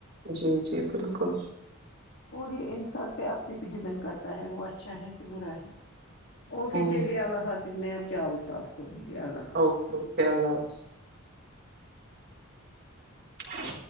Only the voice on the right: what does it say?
جی جی بالکل
ہوں
اوکے اوکے اللہ حافظ اچ